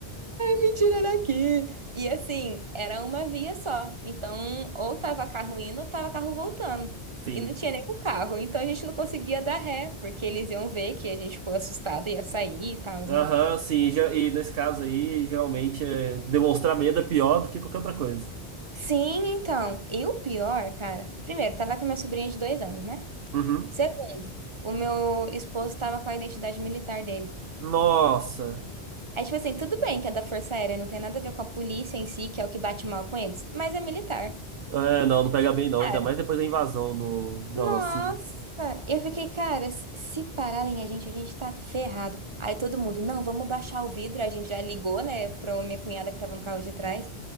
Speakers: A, on the right; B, on the right.
A: Me tira daqui! E assim, era uma via só. Então, ou tava carro indo, ou tava carro voltando.
B: Sim.
A: E não tinha nenhum carro. Então, a gente não conseguia dar ré, porque eles iam ver que a gente ficou assustado e ia sair e tal,
B: Aham,
A: né?
B: sim. ge- E nesse caso aí, geralmente é, demonstrar medo é pior do que qualquer outra coisa.
A: Sim, então. E o pior, cara. Primeiro, tava com a minha sobrinha de dois anos, né?
B: Uhum.
A: Segundo, o meu esposo tava com a identidade militar dele.
B: Nossa.
A: Aí, tipo assim, tudo bem que é da Força Aérea, não tem nada a ver com a polícia em si, que é o que bate mal com eles, mas é militar.
B: É, não, não pega bem não.
A: Cara,
B: Ainda mais depois da invasão no, na
A: Nossa,
B: Rocinha.
A: eu fiquei, cara, se se pararem a gente, a gente tá ferrado. Aí todo mundo, não, vamos baixar o vidro. A gente já ligou, né, pra minha cunhada que tava no carro de trás.